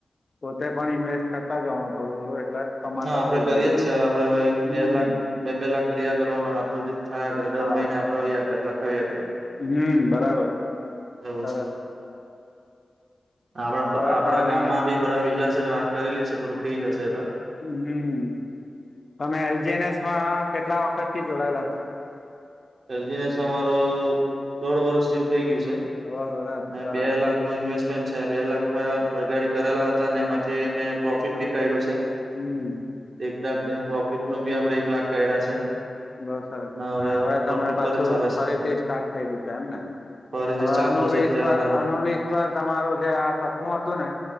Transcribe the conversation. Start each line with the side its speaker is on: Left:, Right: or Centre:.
Left: પોતે પણ ઇન્વેસ્ટ કરતા જવાનું થોડું થોડું એટલે કમાતા
Right: હા આપડે
Left: થઈ
Right: કરીયે
Left: જઈએ.
Right: જ છે આપડે હવે
Left: હમ્મ
Right: એક બે લાખ બે પેલા ક્રિયા કરવાનો આટલું થાયા કરે દર
Left: હા
Right: મહિના આપડ આવ્યા કરે લખાવ્યા કરીએ.
Left: હમ્મ બરાબર.
Right: એવું
Left: સરસ
Right: છે. આપડા
Left: હવે
Right: આપડા
Left: તો અહિયાં
Right: ગામમાં બી બધા બીજાશે ને વાત કરેલી જ છે બરું ઠઈ જશે તો.
Left: હમ્મ તમે એલજીનસમાં કેટલા વખત થી જોડાયેલા હતો.
Right: એલજી નસમા મારો દોઢ વર્ષ થયું. થઈ ગયું
Left: દોઢ વરસ
Right: છે
Left: સરસ
Right: બે ને લાખ ન ઇન્વેસ્ટ પેન છે બે લાખ આ ગાડી કરેલા હતા ને એમાંથી મેં પ્રોફિટ
Left: હા
Right: બી કર્યું છે
Left: હમ્મ
Right: એક લાખ પ્રોફિટ નું બી આપડે એક લાખ કર્યા છે.
Left: બો સરસ
Right: ને
Left: હવે
Right: પ્રોફિટ
Left: તમે પાછું
Right: પર જ ચાલે છે
Left: ફરીથી સ્ટાર્ટ કર્યું છે એમ ને.
Right: ફરીથી
Left: હવે
Right: ચાલતું
Left: અનુવિશ્વાર
Right: છે અત્યારે હાલમાં
Left: આનો વિશ્વાસ તમારું જે આ સપનું હતું ને.